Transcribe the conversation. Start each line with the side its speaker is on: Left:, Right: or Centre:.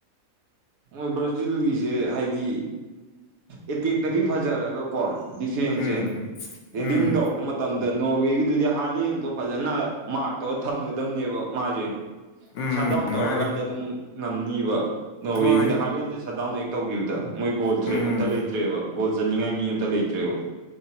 Right: ꯃꯣꯏ ꯕ꯭ꯔꯥꯖꯤꯜꯒꯤꯁꯦ ꯍꯥꯏꯗꯤ ꯑꯦꯇꯦꯛꯇꯗꯤ ꯐꯖꯔꯒ ꯀꯣ ꯗꯤꯐꯦꯟꯁꯁꯦ
Left: ꯎꯝ
Right: ꯍꯦꯗꯤꯡ
Left: ꯎꯝ
Right: ꯇꯧꯔꯛꯄ ꯃꯇꯝ ꯃꯇꯝꯗ ꯅꯣꯔꯋꯦꯒꯤꯗꯨꯗꯤ ꯍꯥꯂꯦꯟꯗꯣ ꯐꯖꯅ ꯃꯥꯔꯛꯇꯧꯔ ꯊꯝꯒꯗꯝꯕꯅꯦꯕ ꯃꯥꯁꯦ
Left: ꯎꯝ
Right: ꯁꯠ ꯗꯥꯎꯟ ꯇꯧꯔꯀꯥꯟꯗ
Left: ꯃꯥꯅꯦ
Right: ꯑꯗꯨꯝ ꯉꯝꯅꯤꯕ ꯅꯣꯔꯋꯦꯒꯤꯗ
Left: ꯃꯣꯏ
Right: ꯍꯥꯔꯂꯦꯟꯁꯦ ꯁꯠꯗꯥꯎꯟ ꯇꯧꯈꯤꯕꯗ ꯃꯣꯏ ꯒꯣꯜ ꯊ꯭ꯔꯦꯠ
Left: ꯎꯝ
Right: ꯑꯝꯇ ꯂꯩꯇ꯭ꯔꯦꯕ ꯒꯣꯜ ꯆꯅꯤꯡꯉꯥꯏ ꯃꯤ ꯑꯃꯝꯇ ꯂꯩꯇ꯭ꯔꯦꯕ